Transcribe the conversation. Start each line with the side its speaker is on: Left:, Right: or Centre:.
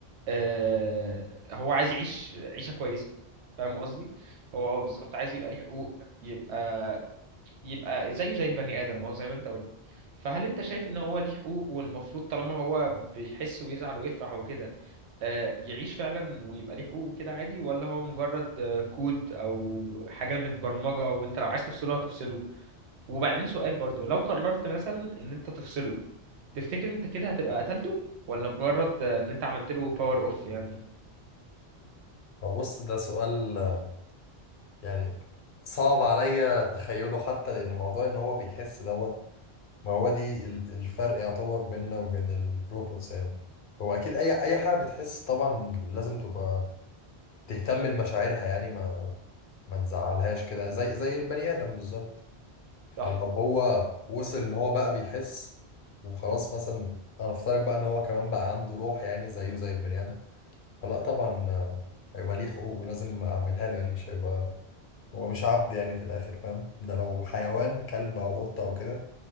Right: آه، هو عايز يعيش عيشة كويسة فاهم قصدي هو اه بالظبط عايز يبقى ليه حقوق يبقى يبقى زيه زي البني آدم ما هو زي ما انت قلت فهل انت شايف ان هو ليه حقوق والمفروض طالما هو بيحس ويزعل ويفرح وكده آه، يعيش فعلا ويبقى ليه حقوق وكده عادي ولا هو مجرد آه، كود او حاجة متبرمجة وانت لو عايز تفصله هتفصله وبعدين سؤال برضو لو قررت مثلا ان انت تفصله تفتكر انت كده هتبقى قتلته ولا مجرد آه، ان انت عملت له باور اوف يعني
Left: فبص ده سؤال آه، يعني صعب عليا تخيله حتى لأن موضوع إن هو بيحس دوت ما هو دي ال- الفرق يعتبر بيننا وبين الروبوتس يعني هو أكيد أي أي حاجة بتحس طبعا لازم تبقى تهتم لمشاعرها يعني ما ما تزعلهاش كده زي زي البني آدم بالظبط فلو
Right: صح
Left: هو وصل ان هو بقى بيحس وخلاص مثلا انا افترض بقى ان هو كمان بقى عنده روح يعني زيه زي البني ادم فلا طبعا آه، هيبقى ليه حقوق ولازم اعملها له يعني مش هيبقى هو مش عبد يعني في الاخر فاهم ده لو حيوان كلب او قطة او كده